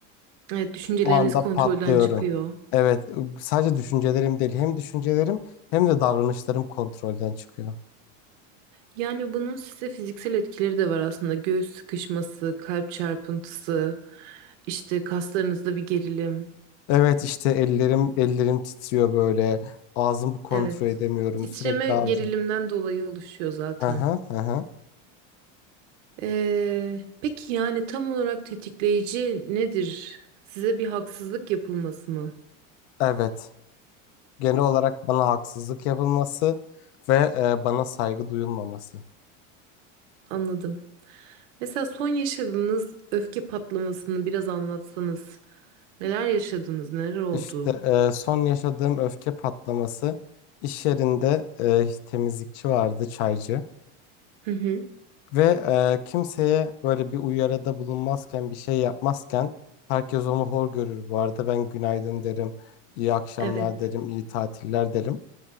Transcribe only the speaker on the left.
Bu anda
patlıyorum.
Evet, ıı, sadece düşüncelerim değil, hem düşüncelerim hem de davranışlarım kontrolden çıkıyor.
Evet, işte ellerim ellerim titriyor böyle. Ağzımı kontrol
edemiyorum.
Sürekli ağzım.
Hı hı hı. hı.
Evet. Genel olarak bana haksızlık yapılması ve e, bana saygı duyulmaması.
İşte e, son yaşadığım öfke patlaması iş yerinde e, temizlikçi vardı, çaycı.
Ve e, kimseye böyle bir uyarıda bulunmazken bir şey yapmazken herkes onu hor görür bu arada. Ben günaydın derim, iyi akşamlar
derim, iyi tatiller derim.